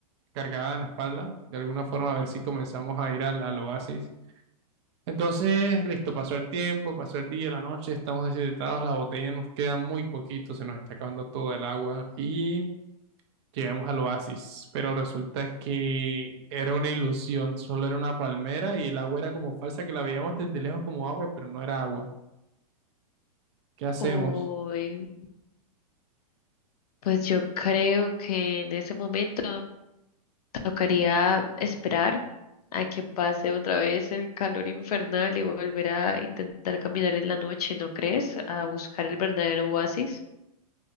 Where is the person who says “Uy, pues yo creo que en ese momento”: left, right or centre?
Left